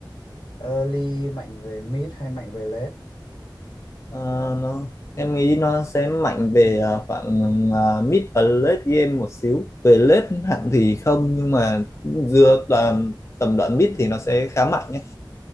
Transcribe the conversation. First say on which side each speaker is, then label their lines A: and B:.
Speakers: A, on the left; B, on the left.
A: ờ, early mạnh về mid hay mạnh về late
B: Ờ, nó em nghĩ nó sẽ mạnh về ờ, khoảng ờ, mid và late game một xíu về late hẳn thì không nhưng mà dựa toàn tầm đoạn mid thì nó sẽ khá mạnh nhé